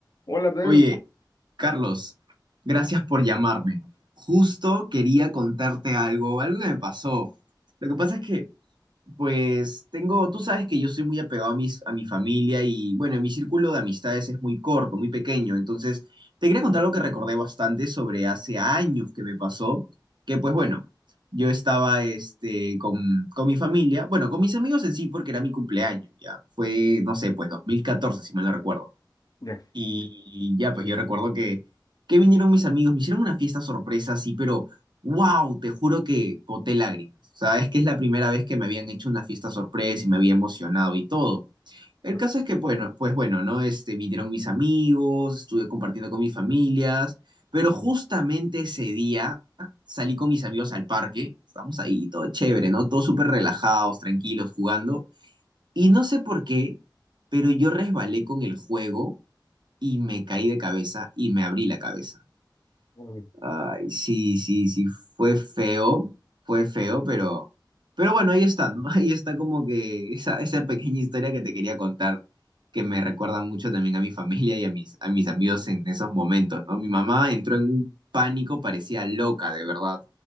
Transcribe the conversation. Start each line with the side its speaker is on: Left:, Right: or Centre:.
Left: Hola, Abdel.
Right: Oye, Carlos, gracias por llamarme. Justo quería contarte algo, algo que me pasó. Lo que pasa es que, pues, tengo, tú sabes que yo soy muy apegado a mis, a mi familia y, bueno, mi círculo de amistades es muy corto, muy pequeño. Entonces, te quería contar algo que recordé bastante sobre hace años que me pasó, que, pues, bueno, yo estaba, este, con, con mi familia, bueno, con mis amigos en sí, porque era mi cumpleaños, ya. Fue, no sé, pues, 2014 si mal no recuerdo.
Left: Ya.
Right: Y ya, pues yo recuerdo que, que vinieron mis amigos, me hicieron una fiesta sorpresa, sí, pero wow, te juro que boté lágrimas. O sea, es que es la primera vez que me habían hecho una fiesta sorpresa y me había emocionado y todo. El
Left: Ah,
Right: caso es que, bueno, pues bueno, ¿no? Este, vinieron mis amigos, estuve compartiendo con mis familias, pero justamente ese día salí con mis amigos al parque, estamos ahí, todo chévere, ¿no? Todos súper relajados, tranquilos, jugando. Y no sé por qué, pero yo resbalé con el juego y me caí de cabeza y me abrí la cabeza.
Left: hola, bien.
Right: Ay, sí, sí, sí, fue feo, fue feo, pero, pero bueno, ahí está, ¿no? <laughs> Ahí está como que esa, esa pequeña historia que te quería contar, que me recuerda mucho también a mi familia y a mis, a mis amigos en esos momentos, ¿no? Mi mamá entró en un pánico, parecía loca, de verdad.